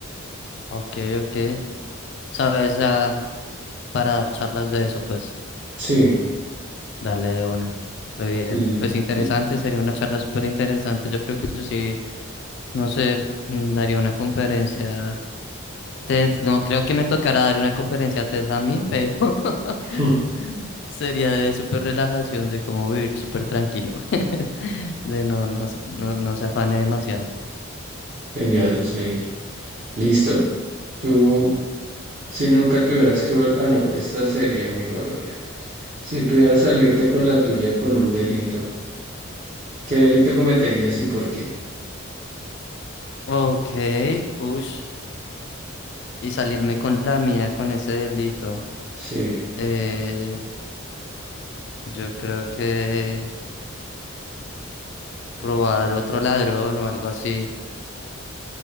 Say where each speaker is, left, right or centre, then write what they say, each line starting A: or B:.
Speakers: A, on the left; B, on the right.
A: Ok, ok. Sabes, ah, para dar charlas de eso, pues,
B: Sí,
A: dale de una. Re bien.
B: l-
A: Pues interesante,
B: l-
A: sería una charla súper interesante. Yo creo que yo sí, no sé, mm, daría una conferencia TED, no creo que me tocará dar una conferencia a TED a mí, pero <laughs>
B: <clears throat>
A: sería de súper relajación, de cómo vivir súper tranquilo, <laughs> de no, no, se- no, no se afane demasiado.
B: genial, sí. Listo. Tú. Si nunca tuvieras que vol- Ah, no, esta sería mejor, mira. Si pudieras salirte con la tuya con un delito, ¿qué delito cometerías y por qué?
A: Ok, ush, y salirme con la mía con ese delito.
B: Sí.
A: Eh, yo creo que robar otro ladrón o algo así.